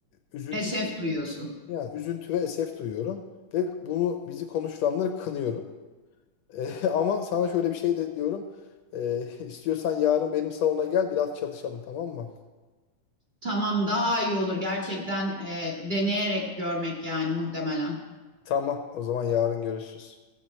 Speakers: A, on the left; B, on the right.
A: üzüntü
B: Esef duyuyorsun.
A: yani üzüntü ve esef duyuyorum ve bunu bizi konuşturanları kınıyorum. E, <laughs> ama sana şöyle bir şey de diyorum. E, <laughs> istiyorsan yarın benim salona gel biraz çalışalım tamam mı?
B: Tamam daha iyi olur gerçekten e, deneyerek görmek yani muhtemelen.
A: Tamam o zaman yarın görüşürüz.